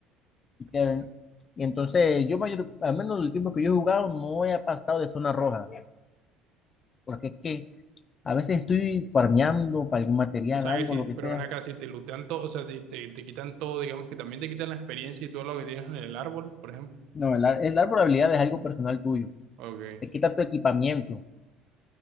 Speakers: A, on the left; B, on the right.
A: Y,
B: Increíble.
A: que- y entonces yo mayor, al menos el tiempo que yo he jugado no he pasado de zona roja, porque es que a veces estoy farmeando para algún material,
B: O sea
A: algo,
B: que sí,
A: lo que sea.
B: pero ven acá, si te lootean todo, o sea, si te, te quitan todo, digamos que también te quitan la experiencia y todo lo que tienes en el árbol, por ejemplo.
A: No, el, ar- el dar probabilidad es algo personal tuyo.
B: Ok,
A: Te quita tu equipamiento.